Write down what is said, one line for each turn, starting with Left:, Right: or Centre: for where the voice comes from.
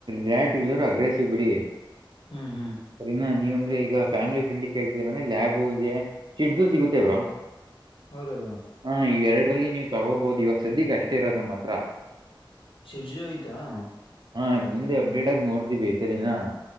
Right: ರೇಟಿವ್ಹೆಲ್ಲರ್, ಅಗ್ರೆಸ್ವು, ಬಿಡಿ. <inaudible>
Left: ಹ್ಮ್, ಹ್ಮ್. <inaudible>
Right: ಸರಿನಾ, ನೀವ್ಂದ್ರೆ ಈಗ ಫ್ಯಾಮಿಲಿ ಫ್ರೆಂಡ್ಲಿ ಕೇಳ್ತಿದರ್ರೆ ಲಬು, ಹೇ? <inaudible> ಚಿಕ್ಕದು ಸಿಗುತ್ತೆ ಬ್ರೋ? <inaudible>
Left: ಹೌದ, ಬ್ರೋ? <inaudible>
Right: ಹಾ, ಇ, ಎರಡರಲ್ಲಿ, ನೀವು, ತಗೋಬಹದು ಇವಾಗ, ಸದ್ಯಕ್, ಅಷ್ಟೇ, ಇರೋದ, ನಮ್ಮತ್ರ. <inaudible>
Left: ಚಜ್ಜು, ಉಯಿತ. <inaudible>
Right: ಹಾ, ಮುಂದೆ ಅಪ್ಡೇಟ್, ಆಗಿ ನೋಡ್ತೀವಿ ಸರಿನಾ? <inaudible>